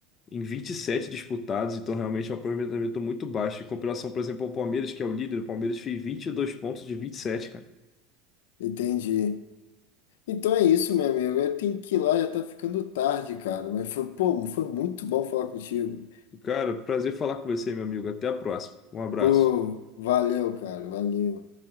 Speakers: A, on the left (about 35°); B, on the left (about 80°).
A: em 27 disputados, então realmente é um aproveitamento muito baixo. Em comparação, por exemplo, ao Palmeiras, que é o líder, o Palmeiras fez 22 pontos de 27, cara.
B: Entendi. Então é isso, meu amigo. Eu tenho que ir lá, já tá ficando tarde, cara. Mas foi, pô, foi muito bom falar contigo.
A: Cara, prazer falar com você, meu amigo. Até a próxima. Um abraço.
B: Pô, valeu, cara. Valeu.